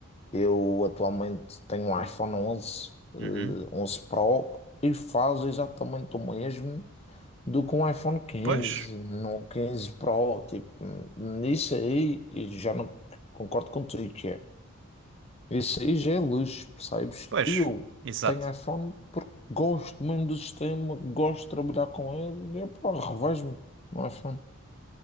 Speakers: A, on the left; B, on the right.
A: eu atualmente tenho um iPhone 11 eh,
B: Uhum.
A: 11 Pro e faz exatamente o mesmo do que um iPhone quinze
B: Pois,
A: no 15 Pro. Tipo, nisso aí eu já não concordo contigo, que é. Isso aí já é luxo, percebes?
B: pois,
A: Eu
B: exato.
A: tenho iPhone porque gosto mesmo do sistema, gosto de trabalhar com ele e pá, revejo-me no iPhone.